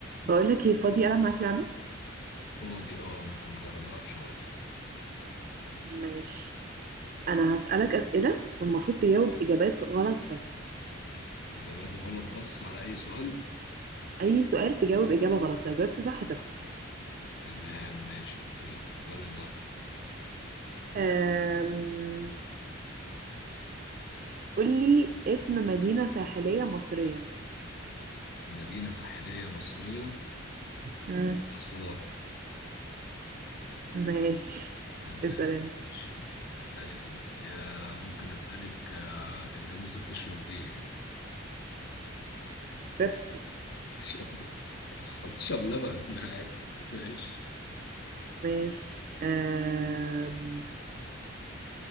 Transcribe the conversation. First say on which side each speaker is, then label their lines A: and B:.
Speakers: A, on the right; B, on the left.
A: بقولك ايه فاضي ألعب معاك لعبة
B: فاضي اه ممكن نجرب نلعب شوية
A: ماشي أنا هسألك أسئلة والمفروض تجاوب إجابات غلط بس
B: إجابات غلط بس على أي سؤال
A: أي سؤال تجاوب إجابة غلط لو جاوبت صح تخسر
B: تمام ماشي أوكي يلا نجرب
A: أم... قولي اسم مدينة ساحلية مصرية
B: مدينة ساحلية مصرية
A: مم.
B: أسوان
A: ماشي
B: تمام
A: اسأل انت
B: ماشي. أسألك أنت يا ممكن أسألك آه، الجاموسة بتشرب إيه؟
A: بيبسي
B: <laughs> بتشرب بس- أو بتشرب لبن <laughs> عادي ماشي
A: ماشي أم...